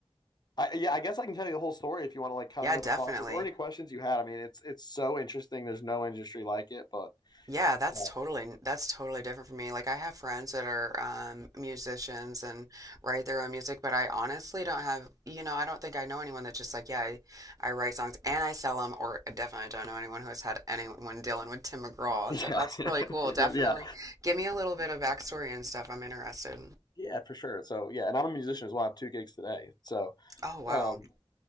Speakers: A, on the left (about 45°); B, on the right (about 35°).
A: I, yeah, I guess I can tell you the whole story if you want to like kind
B: Yeah,
A: of know
B: definitely.
A: the process or any questions you had. I mean, it's it's so interesting. There's no industry like it, but
B: Yeah, that's
A: uh,
B: totally that's totally different for me. Like I have friends that are um, musicians and write their own music, but I honestly don't have, you know, I don't think I know anyone that's just like, yeah, I, I write songs and I sell them, or I definitely don't know anyone who has had anyone dealing with Tim McGraw.
A: yeah,
B: So that's really cool. Definitely
A: <laughs> yeah.
B: give me a little bit of backstory and stuff. I'm interested.
A: Yeah, for sure. So yeah, and I'm a musician as well. I have two gigs today. So,
B: Oh wow.
A: um,